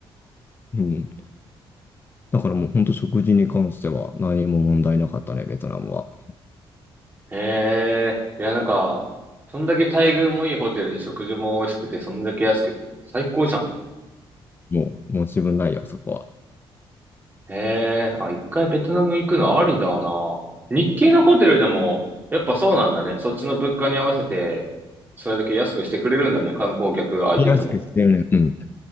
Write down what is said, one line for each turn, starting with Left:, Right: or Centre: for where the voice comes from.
Left: うん。だからもう本当食事に関しては何も問題なかったね、ベトナムは。
Right: ええーいや、なんか、そんだけ待遇もいいホテルで食事も美味しくて、そんだけ安くて、最高じゃん。
Left: もう、もう自分ないよ、そこは。
Right: ええあ、一回ベトナム行くのありだな。日系のホテルでも、やっぱそうなんだね。そっちの物価に合わせて、それだけ安くしてくれるんだね。観光客相手でも。
Left: 見やすくしてるね。うん。